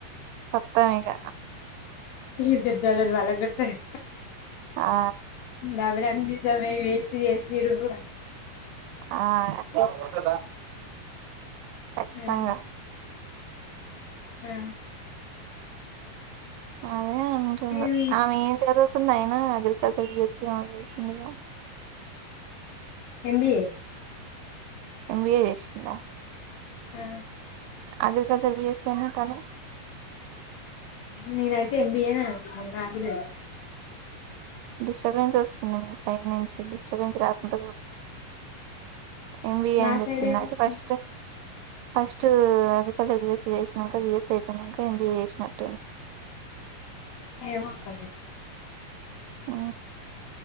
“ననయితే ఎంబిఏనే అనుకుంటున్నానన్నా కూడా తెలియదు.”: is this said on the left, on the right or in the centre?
Left